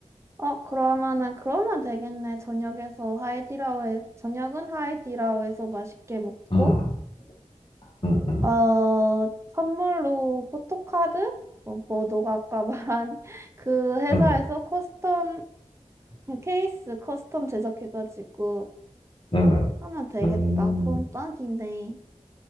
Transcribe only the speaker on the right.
어, 그러면은 그러면 되겠네. 저녁에서 하이디라오에, 저녁은 하이디라오에서 맛있게 먹고,
어, 선물로 포토카드? 뭐, 뭐 너가 아까 말한 <laughs> 그 회사에서
커스텀 케이스 커스텀 제작해가지고
하면 되겠다.
그럼 딱이네.